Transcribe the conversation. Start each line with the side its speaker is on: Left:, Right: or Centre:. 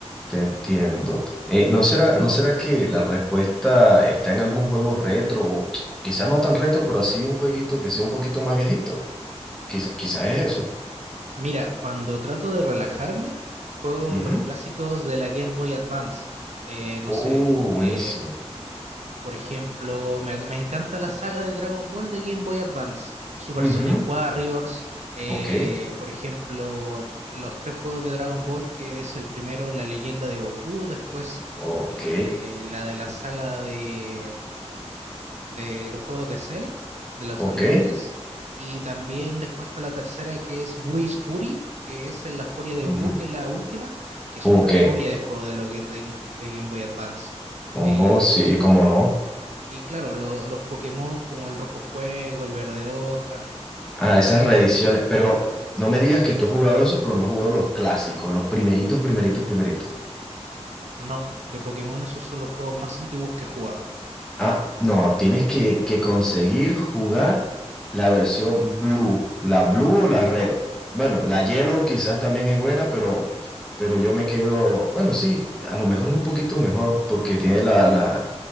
Centre: te entiendo. Eh, ¿no será, no será que la respuesta está en algún juego retro? o Quizás no tan retro, pero así un jueguito que sea un poquito más viejito. Quizá- quizás es eso.
Right: Mira, cuando trato de relajarme, juego
Centre: Ujú.
Right: los clásicos de la Game Boy Advance. Eh, no
Centre: Uh,
Right: sé.
Centre: buenísimo.
Right: em, Por ejemplo, me, me encanta la saga de Dragon Ball de Game Boy Advance, Super
Centre: Ujú,
Right: Sonic Warriors, eh,
Centre: Ok,
Right: por ejemplo, los tres juegos de Dragon Ball, que es el primero, la leyenda de Goku, después
Centre: ok,
Right: eh, la de la saga de, de los juegos de Cell, de los
Centre: ok.
Right: androides, y también después está la tercera que es Whis Fury, que es en la furia de Buu,
Centre: ujú,
Right: que es la última, que es
Centre: Ok,
Right: una joya de juego de lo que de, de Game Boy Advance.
Centre: oh,
Right: Eh,
Centre: sí, cómo no.
Right: y claro, lo- los Pokémon como el Rojo Fuego, el Verde Hoja.
Centre: Ah, esas reediciones. Pero no me digas que tú has jugado eso, pero no has jugado los clásicos, los primeritos, primeritos, primeritos.
Right: No, de Pokémon esos son los juegos más antiguos que he jugado.
Centre: Ah, no, tienes que, que conseguir jugar la versión blue, la blue o la red. Bueno, la yellow quizás también es buena, pero, pero yo me quedo, bueno, sí, a lo mejor es un poquito mejor porque tiene la, la